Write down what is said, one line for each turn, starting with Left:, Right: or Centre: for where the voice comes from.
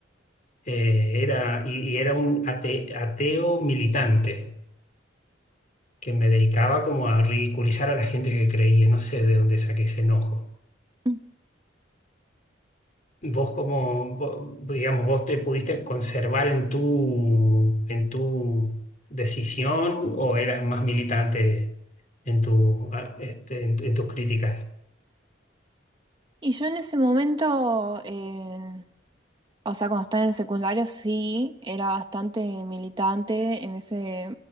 Left: eh, era, y, y era un ate- ateo militante que me dedicaba como a ridiculizar a la gente que creía. No sé de dónde saqué ese enojo.
Right: <laughs>
Left: Vos como, vo- digamos, vos te pudiste conservar en tu, en tu decisión o eras más militante en tu, ah, este, en, en tus críticas.
Right: Y yo en ese momento, eh, O sea, cuando estaba en el secundario sí, era bastante militante. En ese,